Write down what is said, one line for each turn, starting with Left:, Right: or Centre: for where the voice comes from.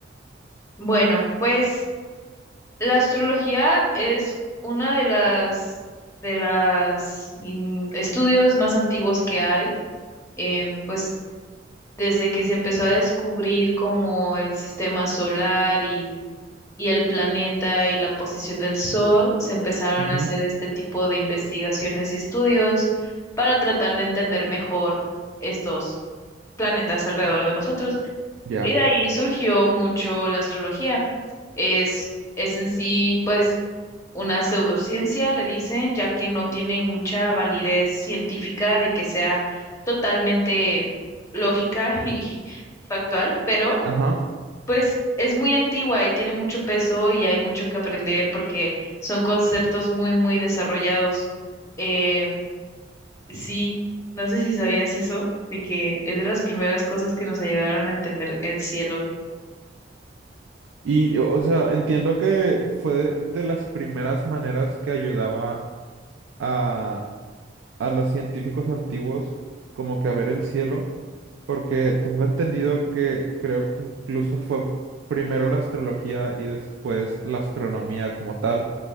Left: Bueno, pues la astrología es una de las de las in- estudios más antiguos que hay, eh, pues desde que se empezó a descubrir como el sistema solar y el planeta y la posición del Sol, se empezaron
Right: Ujú,
Left: a hacer este tipo de investigaciones y estudios para tratar de entender mejor estos planetas alrededor de nosotros.
Right: ya.
Left: Y de ahí surgió mucho la astrología. Es, es en sí, pues, una pseudociencia, le dicen, ya que no tiene mucha validez científica de que sea totalmente lógica <laughs> y factual, pero
Right: Ajá.
Left: pues es muy antigua y tiene mucho peso y hay mucho que aprender porque son conceptos muy, muy desarrollados. Eh, sí, no sé si sabías eso, de que es de las primeras cosas que nos ayudaron a entender el cielo.
Right: Y, o sea, entiendo que fue de, de las primeras maneras que ayudaba a, a los científicos antiguos como que a ver el cielo, porque tengo entendido que creo que incluso fue primero la astrología y después la astronomía como tal.